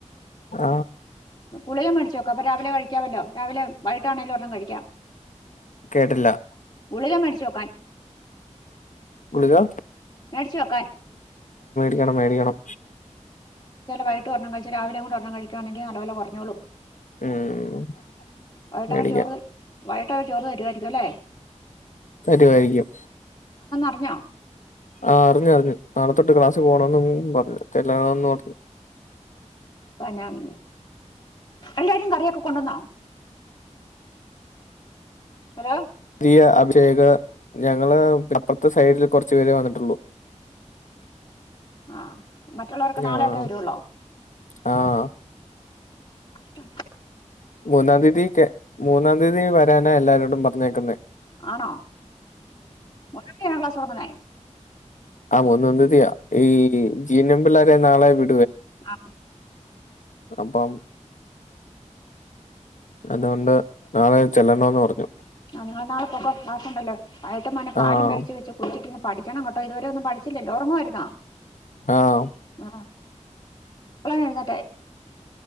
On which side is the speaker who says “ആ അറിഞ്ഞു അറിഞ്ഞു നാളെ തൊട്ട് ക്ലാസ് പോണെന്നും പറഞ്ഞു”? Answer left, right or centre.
Left